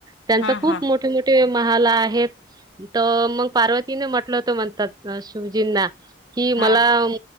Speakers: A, on the right; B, on the left.
A: त्यांच
B: हा
A: खूप
B: हा
A: मोठे मोठे महाला आहेत तर मग पार्वतीने म्हटलंत म्हणतात शिवजींना की मला
B: हा
A: अं...